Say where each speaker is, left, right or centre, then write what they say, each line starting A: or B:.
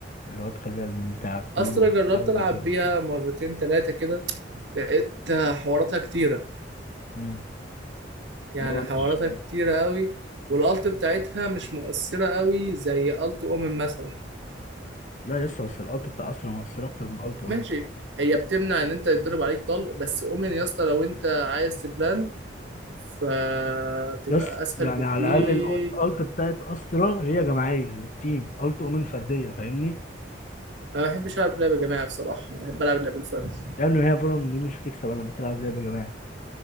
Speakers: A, on the left; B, on the right.
A: اللي هو تخليها بتاع الكلوف
B: استرا جربت
A: حاجه زي
B: العب
A: كده
B: بيها مرتين ثلاثه كده لقيت حواراتها كتيره
A: مم.
B: يعني
A: اللي هو
B: حواراتها
A: مش
B: كتيرة قوي والالت بتاعتها مش مؤثرة قوي زي الت اومن مثلا
A: لا يس بس الالت بتاع استرا مؤثره اكتر من الت اوم
B: ماشي هي بتمنع ان انت يتضرب عليك طلق بس اومن يا اسطى لو انت عايز تبلاند فتبقى
A: يس
B: اسهل
A: يعني
B: بكتير
A: على الاقل الالت بتاعت استرا هي جماعيه للتيم الت اومن فرديه فاهمني
B: انا ما بحبش العب لعبة جماعي بصراحة بحب العب لعبة الفرد
A: يعني هي فالون دي مش هتكسب الا لما تلعب لعب جماعي